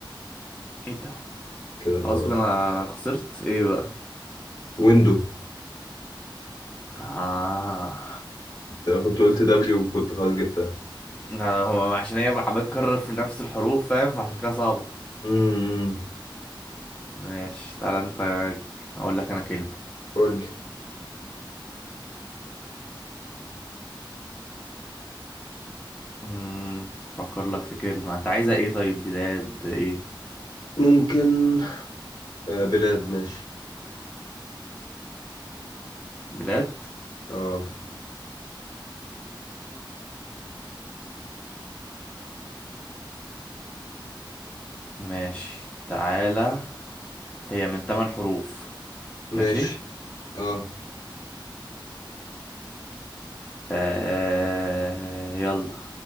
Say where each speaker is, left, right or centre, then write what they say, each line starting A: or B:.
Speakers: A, on the left (about 15°); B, on the left (about 50°).
A: ايه ده
B: كده
A: خلاص
B: خلاص
A: كده انا خسرت ايه بقى
B: ويندو
A: آه
B: انا كنت قلت دبليو وكنت خلاص جبتها
A: آه، هو عشان هي عمال تكرر في نفس الحروف فاهم فعشان كده صعبة
B: امم
A: ماشي تعالى انت اقول لك انا كلمة
B: قول لي
A: امم افكر لك في كلمة انت عايزة ايه طيب بلاد ايه
B: ممكن آه بلاد ماشي
A: بلاد
B: اه
A: ماشي تعالى هي من تمن حروف
B: ماشي
A: ماشي
B: اه
A: آه يلا